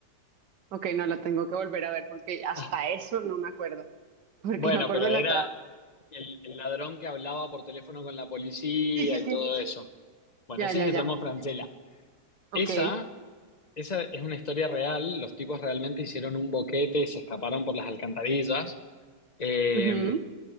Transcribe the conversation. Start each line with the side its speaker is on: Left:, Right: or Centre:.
Right: Ok, no la tengo que volver a ver porque hasta
Left: Ah,
Right: eso no me acuerdo. Porque
Left: bueno,
Right: me acuerdo
Left: pero
Right: de
Left: era
Right: la trama.
Left: el, el ladrón que hablaba por teléfono con la policía
Right: Sí, sí,
Left: y
Right: sí,
Left: todo
Right: sí, sí.
Left: eso. Bueno,
Right: Ya,
Left: ese
Right: ya,
Left: es Guillermo
Right: ya.
Left: Francella.
Right: Ok.
Left: Esa, esa es una historia real. Los tipos realmente hicieron un boquete y se escaparon por las alcantarillas. Eh,
Right: Ujú.